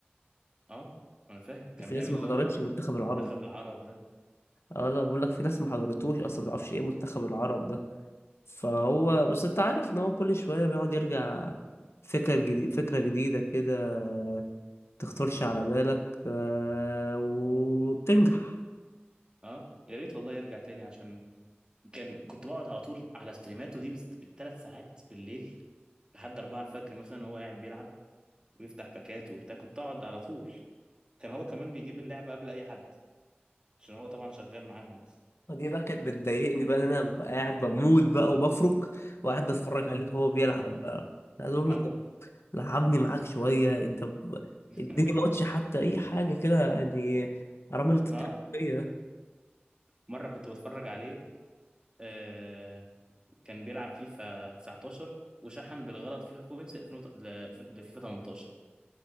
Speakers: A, on the right; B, on the left.
A: اه انا فاهم كان
B: في
A: بيعمل
B: ناس ما
A: اللي
B: حضرتش
A: هو
B: منتخب العرب
A: المنتخب العرب ده
B: اه لا بقول لك في ناس ما حضرتوش اصلا ما تعرفش ايه منتخب العرب ده فهو بس انت عارف ان هو كل شويه بيقعد يرجع فكره جديده فكره جديده كده تخطرش على بالك آه، وبتنجح
A: اه يا ريت والله يرجع تاني عشان كان كنت بقعد على طول على ستريماته دي بس... بالثلاث ساعات بالليل لحد 4 الفجر مثلا وهو قاعد بيلعب ويفتح باكات وبتاع كنت اقعد على طول كان هو كمان بيجيب اللعبه قبل اي حد عشان هو طبعا شغال معاهم أصلا.
B: دي بقى كانت بتضايقني بقى إن انا ببقى قاعد بموت بقى وبفرك وقاعد بتفرج عليه وهو بيلعب بقى أنا عايز اقول
A: اه
B: له طب لعبني معاك شويه انت ب-
A: <laughs>
B: اديني ماتش حتى اي حاجه كده يعني حرام اللي انت
A: اه
B: بتعمله فيا ده.
A: مره كنت بتفرج عليه آه كان بيلعب فيفا 19 وشحن بالغلط فيفا بوينتس 2000 وت- ل- لفيفا 18